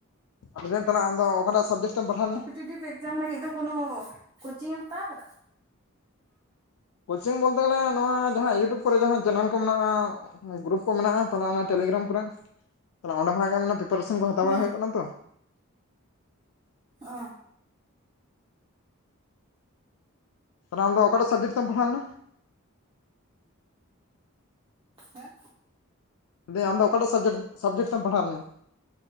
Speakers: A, on the left; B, on the right.
A: ᱞᱟᱹᱭ ᱫᱟᱹᱧ ᱛᱟᱦᱞᱮ ᱟᱢ ᱫᱚ ᱚᱠᱟᱴᱟᱜ ᱥᱟᱵᱡᱮᱠᱴ ᱛᱮᱢ ᱯᱟᱲᱦᱟᱣ ᱞᱮᱱᱟ?
B: ᱴᱤᱴᱤᱵᱷ ᱮᱠᱡᱟᱢ ᱞᱟᱹᱜᱤᱫ ᱫᱚ ᱠᱳᱱᱳ ᱠᱳᱪᱤᱝ ᱮᱢ ᱦᱟᱛᱟᱣ ᱠᱟᱫᱟ?
A: ᱠᱳᱪᱤᱝ ᱵᱚᱞᱛᱮ ᱜᱮᱞᱮ ᱱᱚᱣᱟ ᱡᱟᱦᱟᱸ ᱤᱭᱩᱴᱩᱵᱽ ᱠᱚᱨᱮ ᱡᱟᱦᱟᱸ ᱪᱮᱱᱮᱞ ᱠᱚ ᱢᱮᱱᱟᱜᱼᱟ ᱜᱨᱩᱯ ᱠᱚ ᱢᱮᱱᱟᱜᱼᱟ, ᱛᱟᱦᱚᱞᱮ ᱚᱱᱟ ᱴᱮᱞᱤᱜᱨᱟᱢ ᱠᱚᱨᱮ ᱛᱟᱦᱚᱞᱮ ᱚᱸᱰᱮ ᱠᱷᱚᱱᱟᱜ ᱜᱮ ᱢᱟᱱᱮ ᱯᱨᱤᱯᱟᱨᱮᱥᱚᱱ ᱠᱚ ᱦᱟᱛᱟᱣ
B: ᱦᱮᱸ
A: ᱵᱟᱲᱟ ᱦᱩᱭᱩᱜ ᱠᱟᱱᱟ ᱛᱚ ᱾
B: ᱚᱸᱣᱟ <unintelligible>
A: ᱛᱟᱦᱞᱮ ᱟᱢ ᱫᱚ ᱚᱠᱟᱴᱟᱜ ᱥᱟᱵᱡᱮᱠᱴ ᱛᱮᱢ ᱯᱟᱲᱦᱟᱣ ᱞᱮᱱᱟ?
B: ᱦᱮᱸ
A: ᱞᱟᱹᱭ ᱫᱟᱹᱧ ᱟᱢ ᱫᱚ ᱚᱠᱟᱴᱟᱜ ᱥᱟᱵᱡᱮᱠᱴ ᱥᱟᱵᱡᱮᱠᱴ ᱛᱮ ᱯᱟᱲᱦᱟᱣ ᱞᱮᱱᱟ?